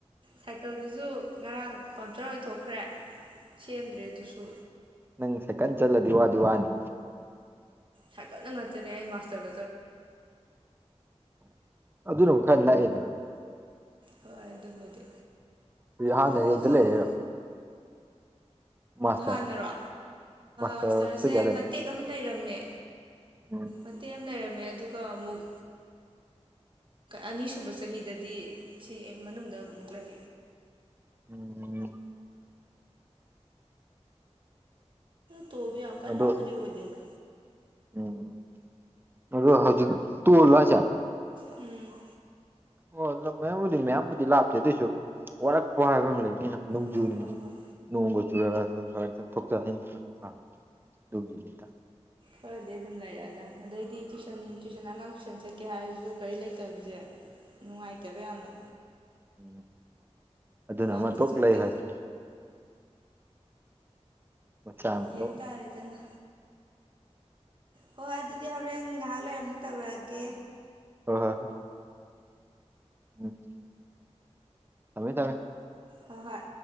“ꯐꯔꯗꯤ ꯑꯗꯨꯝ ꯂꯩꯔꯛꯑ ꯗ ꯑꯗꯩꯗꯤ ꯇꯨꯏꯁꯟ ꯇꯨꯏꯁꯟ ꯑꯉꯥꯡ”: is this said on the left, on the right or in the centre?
Right